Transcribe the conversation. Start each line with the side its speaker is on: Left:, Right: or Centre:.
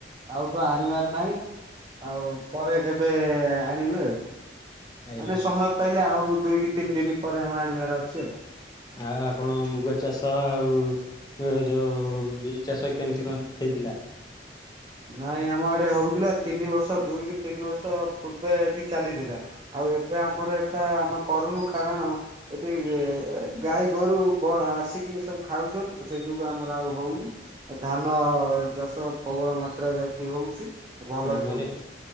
Right: ଆଉ ତ ଆଣିଆର ନାହିଁ ଆଉ ପରେ କେବେ ଆଣିବି ଆଉ।
Left: ଆଜ୍ଞା
Right: ମାନେ ସମୟ ପାଇଲେ ଆଉ ଦୁଇ କି ତିନ ଦିନି ପରେ ଆମ ଆଣିବାର ଅଛି ଆଉ।
Left: ଆ ଆପଣ ମୁଗ ଚାଷ ଆଉ ଏ ଯୋଉ ବିରି ଚାଷ କେମତି କଣ ହେଇଥିଲା?
Right: ନାଇଁ ଆମ ଆଡେ ହଉଥିଲା ତିନି ବର୍ଷ ଦୁଇ କି ତିନି ବର୍ଷ ପୂର୍ବେ ଏଠି ଚାଲିଥିଲା। ଆଉ ଏବେ ଆମର ଏଟା ଆମେ କରୁନୁ କାରଣ ଏଠି ଗାଈ ଗୋରୁ ବ ଆସିକି ସବୁ ଖାଉଛନ୍ତି ସେଇ ଯୋଗୁ ଆମର ଆଉ ହଉନି। ଧାନ ଚାଷ ପ୍ରବଳ ମାତ୍ରାରେ ଏଠି ହଉଛି। ଭଲ
Left: ଆମର
Right: ବି ହଉଛି।